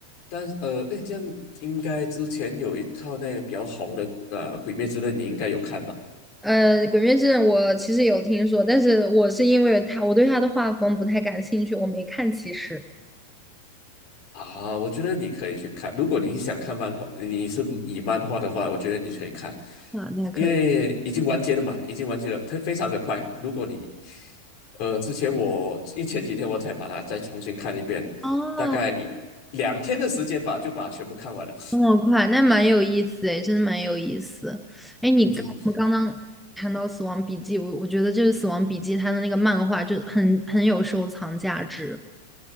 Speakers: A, on the left; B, in the centre.
A: 但是呃，哎，这样应该之前有一套那个比较红的呃《鬼灭之刃》，你应该有看吧？
B: 呃，《鬼灭之刃》我其实有听说，但是我是因为他，我对他的画风不太感兴趣，我没看。其实，
A: 啊，我觉得你可以去看。如果你想看漫画，你是以漫画的话，我觉得你可以看，
B: 啊，那可以。
A: 因为已经完结了嘛，已经完结了，它非常的快。如果你呃，之前我一前几天我才把它再重新看一遍，
B: 哦，
A: 大概一两天的时间吧，就把它全部看完了。
B: 这么快，那蛮有意思诶，真的蛮有意思。哎，你刚我们刚刚谈到《死亡笔记》，
A: <laughs>
B: 我我觉得就是《死亡笔记》它的那个漫画就很很有收藏价值。